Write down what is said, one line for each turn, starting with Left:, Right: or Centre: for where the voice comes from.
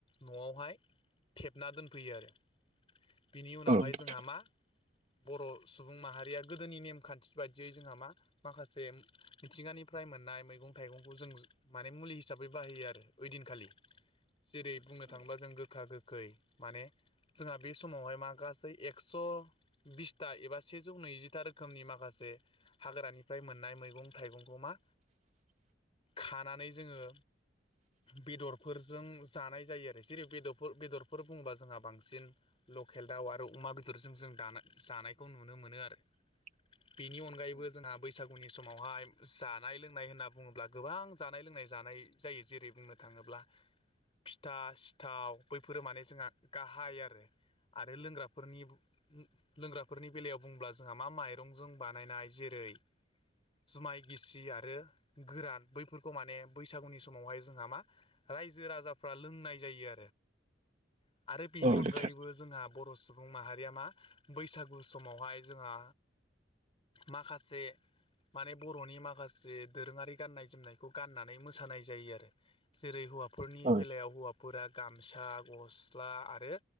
Left: न'आवहाय थेबना दोनफैयो आरो बिनि उनावहाय
Right: नोंथां
Left: जोंहा मा बर' सुबुं माहारिया गोदोनि नेमखान्थि बायदियै जोंहा मा माखासे मिथिंगानिफ्राय मोननाय मैगं थायगंखौ जों माने मुलि हिसाब बै बाहायो आरो ओइदिनखालि जेरै- बुंनो थाङोबा जों गोखा गोखै माने जोंहा बे समावहाय मा गासै एक्स' बिसथा एबा सेजौ नैजिथा रो खोमनि माखासे हाग्रानिफ्राय मोननाय मैगं थाइगंखौ मा
Right: <inaudible>
Left: खानानै जोङो
Right: <inaudible>
Left: बेदरफोरजों जानाय जायो आरो जेरै- बेदरफोर बेदरफोर बुङोबा जोंहा बांसिन ल केल दाव आरो अमा बेदरजों जों दानाय जानायखौ नुनो मोनो आरो।
Right: <inaudible>
Left: बेनि अनगायैबो जोंहा बैसागुनि समावहाय जानाय लोंनाय होनना बुङोब्ला गोबां जानाय लोंनाय जानाय जायो जेरै- बुंनो थाङोब्ला फिथा सिथाव बैफोरो माने जोंहा गाहाय आरो आरो लोंग्राफोरनि लोंग्राफोरनि बेलायाव बुंब्ला जोंहा मा माइरंजों बानायनाय जेरै- जुमाय गिसि आरो गोरान बैफोरखौ माने बैसागुनि समावहाय जोंहा मा रायजो राजाफ्रा लोंनाय जायो आरो आरो बेनि
Right: औ
Left: अनगायैबो
Right: नोंथां
Left: जोंहा बर' सुबुं माहारिया मा बैसागु समावहाय जोंहा माखासे माने बर'नि माखासे दोरोङारि गाननाय जोमनायखौ गाननानै मोसानाय जायो आरो जेरै हौवाफोरनि
Right: औ
Left: बेलायाव हौफोरा ग ओ गस्ला आरो